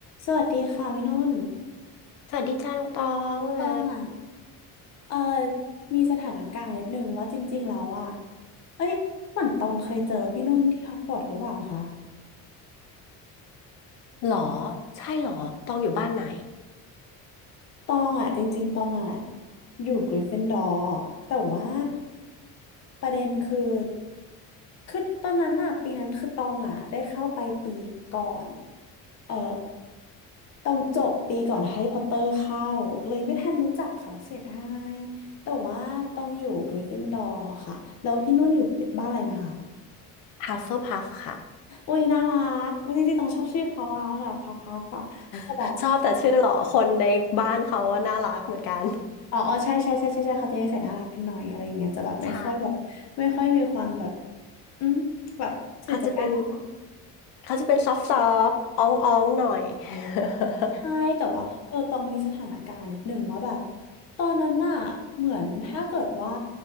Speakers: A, on the left; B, on the left.
A: สวัสดีค่ะพี่นุ่น
B: สวัสดีจ้าน้องตองว่าไง
A: ตองอ่ะ เออมีสถานการณ์นิดนึงว่าจริงๆแล้วอ่ะ เอ้ยเหมือนตองเคยเจอพี่นุ่นที่ฮอกวอตส์หรือเปล่าคะ
B: หรอใช่หรอตองอยู่บ้านไหน
A: ตองอ่ะจริงๆตองอ่ะอยู่กริฟฟินดอร์แต่ว่าประเด็นคือ คือตอนนั้นอ่ะปีนั้นคือตองอ่ะได้เข้าไปปีก่อน เออ ต้องจบปีก่อนแฮร์รี่พอตเตอร์เข้าเลยไม่ทันรู้จักเขาเสียดายแต่ว่าต้องอยู่กริฟฟินดอร์ค่ะแล้วพี่นุ่นอยู่บ้านอะไรนะคะ
B: h ัฟเฟอร์พัฟค่ะ
A: อุ้ยน่ารักไม่จริงๆต้องชอบชื่อเขาเอาแบบพัฟพัฟอะก็แบบ
B: <laughs> ชอบแต่ชื่อหรอคนในบ้านเขาว่าน่ารักเหมือนกัน
A: อ๋ออ๋อใช่ใช่ใช่ใช่ใช่เขาจะนิสัยน่ารักกันหน่อยอะไรอย่างเงี้ยจะแบบไม่ค่อยแบบไม่ค่อยมีความแบบ
B: <laughs> ใช่
A: อืมแบบสื่อจากการน่ารัก
B: เขาจะเป็นเขาจะเป็นซอฟซอฟอ้องอ้องๆหน่อย <laughs>
A: ใช่แต่ว่าเออตองมีสถานการณ์นิดหนึ่งว่าแบบตอนนั้นน่ะเหมือนถ้าเกิดว่า